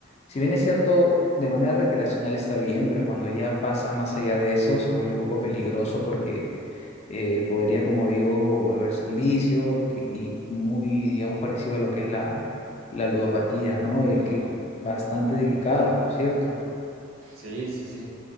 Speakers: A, on the left; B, on the right.
A: si bien es cierto, de manera recreacional está bien, pero cuando ya pasa más allá de eso, se vuelve un poco peligroso porque eh, podría, como digo, volverse un vicio que- y muy, digamos, parecido a lo que es la, la ludopatía, ¿no? Eh,
B: La
A: que
B: Dulopa.
A: es bastante delicada, por cierto.
B: Sí, sí, sí.